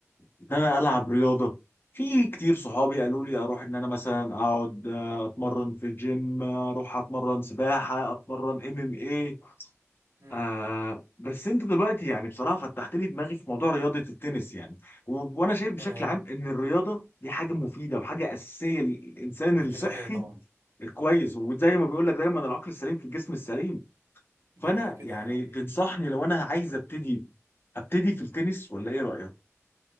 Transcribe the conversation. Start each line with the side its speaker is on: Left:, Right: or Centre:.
Left: ان انا العب رياضه في كتير صحابي قالوا لي اروح ان انا مثلا اقعد آه، اتمرن في جيم آه، اروح اتمرن سباحه اتمرن ام ام ايه
Right: مم.
Left: آه بس انت دلوقتي يعني بصراحه فتحت لي دماغي في موضوع رياضه التنس يعني و- وانا شايف بشكل
Right: تمام
Left: عام ان الرياضه دي حاجه مفيده وحاجه اساسيه للانسان
Right: ده
Left: الصحي
Right: كده كده طبعا
Left: الكويس وزي ما بيقول لك دايما العقل السليم في الجسم السليم
Right: ده
Left: فانا
Right: كده كده
Left: يعني
Right: يعني
Left: تنصحني لو انا عايز ابتدي ابتدي في التنس ولا ايه رايك